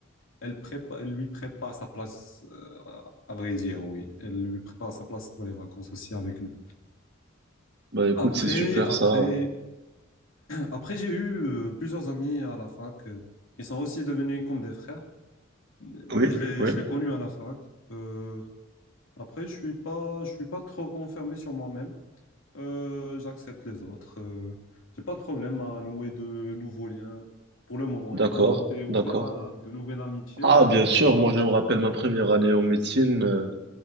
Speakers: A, on the left; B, on the right.
A: elle prépa- elle lui prépare sa place, euh, à vrai dire, oui. Elle lui prépare sa place pour les vacances aussi avec nous.
B: Bah écoute,
A: Après,
B: c'est super
A: après.
B: ça.
A: Après, j'ai eu euh, plusieurs amis à la fac euh, qui sont aussi devenus comme des frères. Je
B: Oui,
A: les,
B: oui.
A: je les connus à la fac. Euh, après, je suis pas, je suis pas trop renfermé sur moi-même. Euh, j'accepte les autres. Euh, j'ai pas de problème à nouer de nouveaux liens pour le moment.
B: D'accord,
A: Et toi, tu es ouvert
B: d'accord.
A: à de nouvelles amitiés
B: Ah,
A: ou bien
B: bien
A: c'est
B: sûr,
A: bon?
B: moi je me rappelle ma première année en médecine. euh,